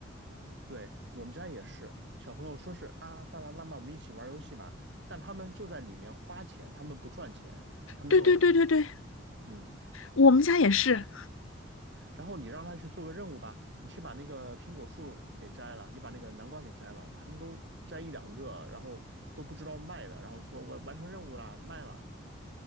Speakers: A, on the right (about 60°); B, on the left (about 80°).
A: <laughs> 对，我们家也是，小朋友说是啊，爸爸妈妈我们一起玩游戏吧，但他们就在里面花钱，他们不赚钱，他们就
B: 对对对对对，
A: 嗯，
B: 我们家也是。
A: 然后你让他去做个任务吧，你去把那个苹果树给摘了，你把那个南瓜给摘了，他们都摘一两个，然后都不知道卖的，然后就说我完成任务了，卖了，